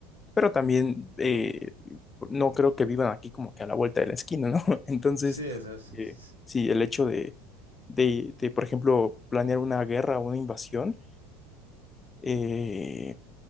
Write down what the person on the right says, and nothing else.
Sí, eso es-